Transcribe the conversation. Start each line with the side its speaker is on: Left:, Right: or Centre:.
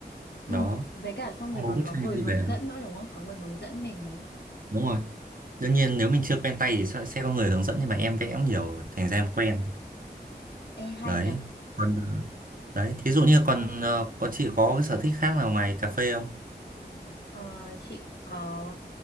Left: ừ
Right: đó
Left: với cả xong
Right: Xong
Left: rồi
Right: một
Left: còn
Right: bức
Left: có
Right: tranh
Left: người
Right: đi
Left: hướng
Right: về
Left: dẫn
Right: thôi.
Left: nữa đúng không có người hướng dẫn mình đúng không
Right: đúng rồi đương nhiên nếu mình chưa quen tay thì sẽ sẽ có người hướng dẫn nhưng mà em vẽ cũng nhiều rồi thành ra em quen
Left: ê hay
Right: đấy
Left: nhở
Right: còn ờ, đấy thí dụ như còn ờ, có chị có cái sở thích khác nào ngoài cà phê không
Left: Ờ, chị có